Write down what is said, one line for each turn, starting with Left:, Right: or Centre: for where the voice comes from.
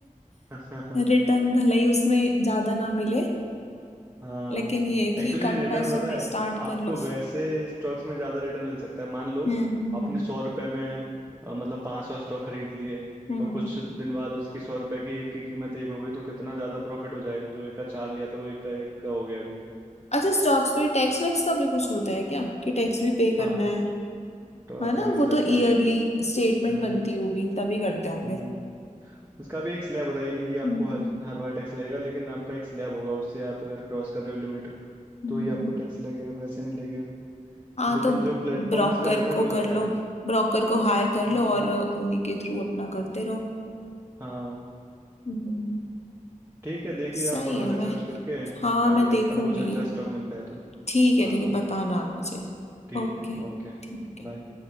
Right: <laughs>
Left: रिटर्न <laughs> भले ही उसमें ज्यादा ना मिले
Right: हाँ
Left: लेकिन ये है
Right: एक्चुअली
Left: कि कम
Right: रिटर्न
Left: पैसों
Right: पता
Left: में
Right: है
Left: स्टार्ट
Right: आपको
Left: कर लो
Right: वैसे स्टॉक्स में ज्यादा रिटर्न मिल सकता है मान लो
Left: हम्म हम्म
Right: आपने सौ रुपए में अ, मतलब पांच सौ स्टॉक खरीद लिए
Left: हम्म
Right: और
Left: हम्म।
Right: कुछ दिन बाद उसकी सौ रुपए की एक की कीमत एक हो गई तो कितना ज्यादा प्रॉफिट हो जाएगा जो एक का चार लिया था वो एक का एक का हो गया अभी
Left: अच्छा स्टॉक्स पे टैक्स वैक्स का भी कुछ होता है क्या कि टैक्स भी पे
Right: हाँ
Left: करना है
Right: तो
Left: है
Right: टैक्स
Left: ना वो
Right: लगता
Left: तो ईयरली
Right: है एक
Left: स्टेटमेंट
Right: हम्म
Left: बनती होगी तभी करते होंगे
Right: हम्म उसका भी एक स्लैब होता है ये नहीं कि आपको
Left: हम्म
Right: हर हर बार टैक्स लगेगा लेकिन आपका एक स्लैब होगा उससे आप अगर क्रॉस कर रहे हो लिमिट
Left: हम्म।
Right: तो ही आपको टैक्स लगेगा वैसे नहीं लगेगा
Left: हाँ
Right: लेकिन
Left: तो
Right: जो प्लेटफॉर्म्स
Left: ब्रोकर
Right: का रहता है
Left: को
Right: वो लगता
Left: कर लो
Right: है
Left: ब्रोकर को हायर कर
Right: हम्म
Left: लो और उन्हीं के थ्रू अपना करते रहो
Right: हाँ
Left: हम्म,
Right: ठीक है देखिए
Left: सही
Right: आप थोड़ा
Left: है
Right: रिसर्च
Left: मैं
Right: करके
Left: हाँ
Right: मैं
Left: मैं
Right: भी देखता
Left: देखूंगी
Right: हूँ कुछ अच्छा स्टॉक मिलता है तो
Left: ठीक है
Right: हाँ
Left: ठीक है बताना आप मुझे
Right: ठीक
Left: ओके
Right: है ओके
Left: ठीक है
Right: बाय